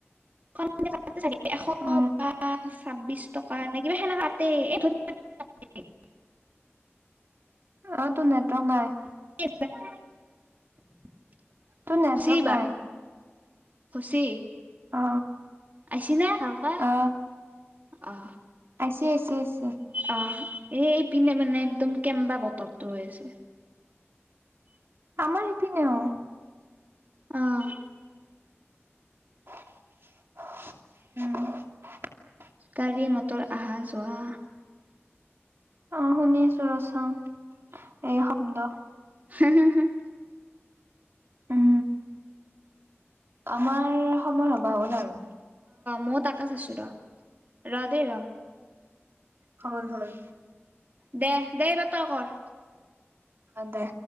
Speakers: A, on the right (about 40°); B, on the right (about 60°).
A: <unintelligible> এশ
B: অ
A: বা ছাব্বিছ টকা নে কিবা সেনে কাটেই। এই <unintelligible>
B: অ, তো নেটৱৰ্ক নাই।
A: <unintelligible>
B: তোৰ নেটৱৰ্ক
A: খুচি বা
B: নাই।
A: খুচি।
B: অ।
A: আইছি না? ভালকা,
B: অ
A: অ।
B: ইছ, ইছ।
A: অ। এইপিনে মানে একদম কেম্বা বতৰটো হৈ আছে।
B: আমাৰ সেইপিনেও
A: আহ
B: উম
A: গাড়ী মটৰ আহা যোৱা
B: অ শুনি আছো ৰ চাওঁ এই শব্দ
A: হুম হুম হুম
B: উম আমাৰ সময় হ'বা হ'ল আৰু
A: মোৰ তাকে চাইছোঁ ৰ ৰ দেই ৰ
B: হয় হয়
A: দে দেব তই কৰ
B: অঁ দে